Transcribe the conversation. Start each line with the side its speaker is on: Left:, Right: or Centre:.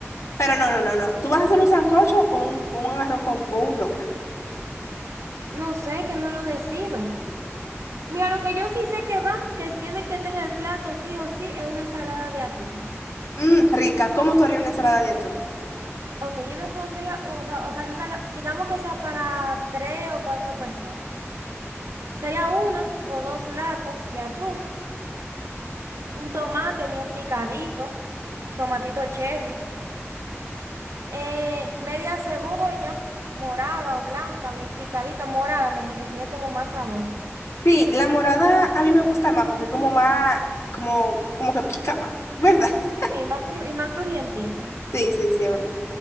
Left: Pero no, no, no, no. ¿Tú vas a hacer un sancocho o un, o un arroz con, o un locrio?
Right: No sé, que no lo decido. Mira, lo que yo sí sé que va, que tiene que tener el plato sí o sí, es una ensalada de atún.
Left: Mm, rica. ¿Cómo tú harías una ensalada de atún?
Right: Ok, yo le pondría, o sea, o sea, una, la- digamos que sea para tres o cuatro personas. Sería una o dos latas de atún, un tomate bien picadito, tomatito cherry, eh, media cebolla morada o blanca, bien picadita, morada mejor, que tiene como más sabor.
Left: Sí, la morada a mí me gusta más porque es como más, como, como que pica más, ¿verdad? <laughs>
Right: Sí, más cru- y más crujientica.
Left: Sí, sí, sí, es verdad.